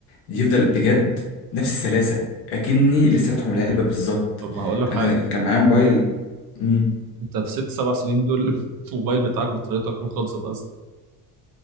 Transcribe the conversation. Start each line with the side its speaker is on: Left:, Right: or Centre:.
Left: يفضل بجد نفس السلاسة أكني لسه فاتحه من العلبة بالظبط
Right: طب ما هقول لك حاجه
Left: أنا كان معايا موبايل مم.
Right: انت في ست سبع سنين دول <laughs> الموبايل بتاعك بطاريته هتكون خلصت اصلا